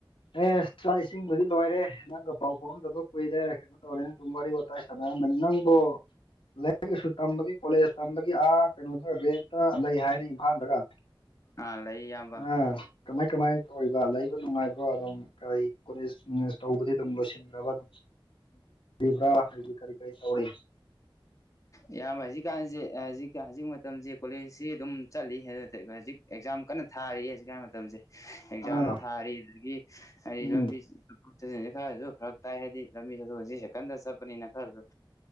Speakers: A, on the left; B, on the left.
A: ꯑꯦ ꯆꯥꯛ ꯏꯁꯤꯡꯕꯨꯗꯤ ꯂꯣꯏꯔꯦ ꯅꯪꯒ ꯄꯥꯎ ꯐꯥꯎꯅꯗꯕ ꯀꯨꯏꯔꯦ ꯇꯧꯔꯤ ꯁꯨꯝ ꯋꯥꯔꯤ ꯋꯥꯇꯥꯏ ꯁꯥꯅꯔꯝꯕ ꯅꯤ ꯅꯪꯕꯨꯣ ꯂꯥꯏꯔꯤꯛ ꯂꯥꯏꯁꯨ ꯇꯝꯕꯒꯤ ꯀꯣꯂꯦꯖ ꯇꯝꯕꯒꯤ ꯑꯥ ꯀꯩꯅꯣꯗ ꯔꯦꯟꯇ ꯂꯩ ꯍꯥꯏꯔꯤ ꯏꯝꯐꯥꯜꯗꯒ
B: ꯑꯥ ꯂꯩ ꯏꯌꯥꯝꯕ
A: ꯑ ꯀꯃꯥꯏ ꯀꯃꯥꯏ ꯇꯧꯔꯤꯕ ꯂꯩꯕ ꯅꯨꯡꯉꯥꯏꯕ ꯑꯗꯨꯝ ꯀꯔꯤ ꯀꯣꯂꯦꯖ ꯇꯧꯕꯗꯤ ꯑꯗꯨꯝ ꯂꯣꯏꯁꯤꯈꯔꯕ ꯑꯗꯨ ꯇꯝꯃꯤꯕꯔ ꯍꯥꯏꯗꯤ ꯀꯔꯤ ꯀꯔꯤ ꯇꯧꯔꯤ
B: ꯏꯌꯥꯝꯕ ꯍꯧꯖꯤꯛꯀꯥꯟꯁꯦ ꯍꯧꯖꯤꯛ ꯍꯧꯖꯤꯛ ꯃꯇꯝꯁꯦ ꯀꯣꯂꯦꯖꯁꯤ ꯑꯗꯨꯝ ꯆꯠꯂꯤ ꯍꯧꯖꯤꯛ ꯑꯦꯛꯖꯥꯝ ꯀꯟꯅ ꯊꯥꯔꯤꯌꯦ ꯍꯧꯖꯤꯛ ꯀꯥꯟ ꯃꯇꯝꯁꯦ ꯑꯦꯛꯖꯥꯝ
A: ꯑꯥ
B: ꯊꯥꯔꯤ ꯑꯗꯨꯗꯒꯤ ꯍꯥꯏꯗꯤ
A: ꯎꯝ
B: ꯂꯝꯕꯤ ꯆꯠꯊꯣꯛ ꯆꯠꯁꯤꯟꯁꯤ ꯈꯔꯁꯨ ꯐꯔꯛ ꯇꯥꯏ ꯍꯥꯏꯗꯤ ꯂꯝꯕꯤ ꯆꯠꯊꯣꯛꯁꯤ ꯁꯦꯀꯟꯗ ꯆꯠꯄꯅꯤꯅ ꯈꯔꯁꯨ